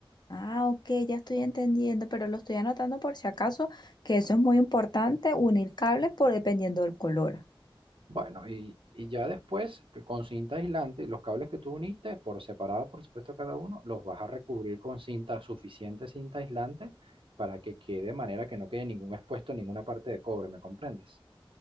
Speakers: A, on the left (about 50°); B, on the right (about 70°).
A: Ah, ok, ya estoy entendiendo, pero lo estoy anotando por si acaso, que eso es muy importante, unir cables por dependiendo del color.
B: Bueno, y, y ya después, que con cinta aislante, los cables que tú uniste, por separado, por supuesto, cada uno, los vas a recubrir con cinta, suficiente cinta aislante, para que quede de manera que no quede ningún expuesto, ninguna parte de cobre, ¿me comprendes?